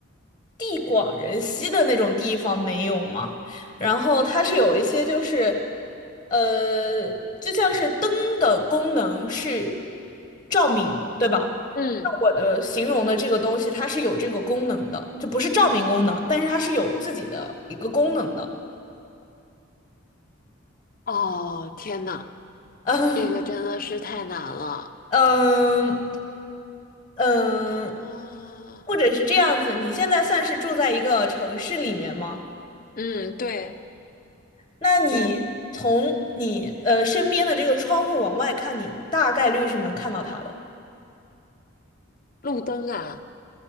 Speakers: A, on the left; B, on the left.
A: 地广人稀的那种地方没有吗？然后它是有一些就是，呃，就像是灯的功能是照明，对吧？
B: 嗯，
A: 那我的形容的这个东西，它是有这个功能的，就不是照明功能，但是它是有自己的一个功能的。
B: 哦，天呐，
A: 嗯
B: 这个真的是太难了
A: 嗯嗯，
B: 啊！
A: 或者是这样子，你现在算是住在一个城市里面吗？
B: 嗯，对
A: 那你从你呃身边的这个窗户往外看，
B: 对，
A: 你大概率是能看到它的。
B: 路灯啊，